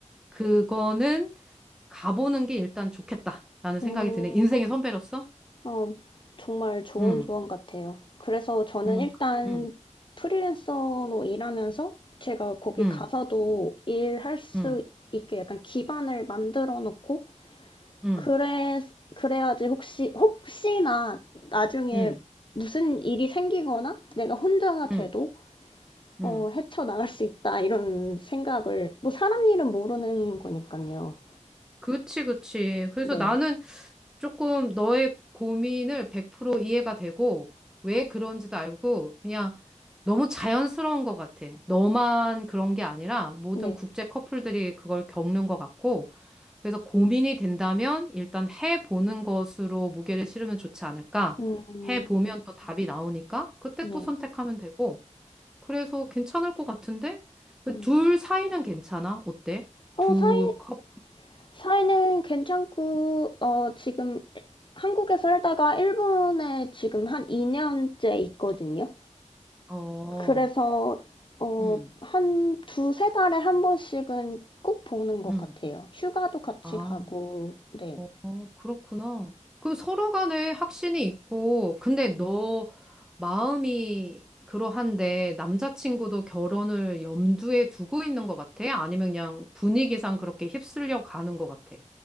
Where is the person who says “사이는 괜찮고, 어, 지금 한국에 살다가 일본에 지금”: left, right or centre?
Left